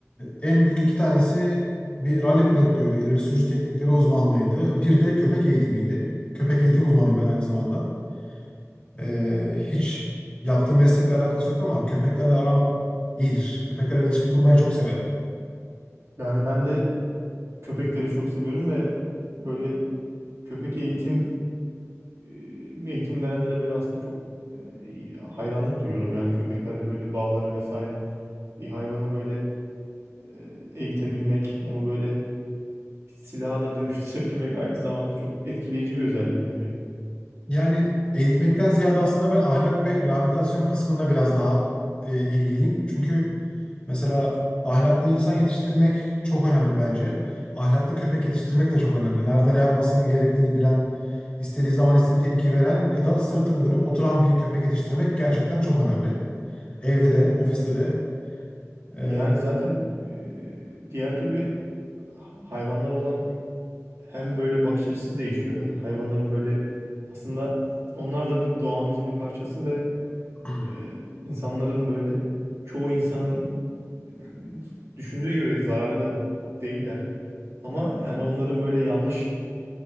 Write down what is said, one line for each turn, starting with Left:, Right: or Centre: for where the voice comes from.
Left: en büyük iki tanesi bir ralli pilotluydu. İleri sürüş teknikleri uzmanlığıydı. Bir de köpek eğitimiydi. Köpek eğitim uzmanıyım ben aynı zamanda. Ee, hiç yaptığım meslekle alakası yok ama köpeklerle aram iyidir. Köpeklerle iletişim kurmayı çok severim.
Right: Yani ben de köpekleri çok seviyorum ve böyle köpek eğitim e, eğitim verenlere böyle aslında çok e, hayranlık duyuyorum. Yani köpeklerle böyle bağları vesaire. Bir hayvanı böyle e, eğitebilmek, onu böyle bir silaha da <laughs> dönüştürebilmek aynı zamanda çok etkileyici bir özellik bence.
Left: Yani eğitmekten ziyade aslında ben ahlak ve rehabilitasyon kısmında biraz daha e, ilgiliyim. Çünkü mesela ahlaklı insan yetiştirmek çok önemli bence. Ahlaklı köpek yetiştirmek de çok önemli. Nerede ne yapmasını gerektiğini bilen, istediği zaman istediği tepkiyi veren ya da sırtını dönüp oturan bir köpek yetiştirmek gerçekten çok önemli. Evde de, ofiste de. e,
Right: Yani zaten e, diğer türlü hayvanlara olan hem böyle bakış açısı değişiyor. Hayvanların böyle aslında onlar da bir doğamızın bir parçası ve
Left: <clears throat>
Right: e, insanların böyle çoğu insanın e, düşündüğü gibi zararlı değiller. Ama yani onların böyle yanlış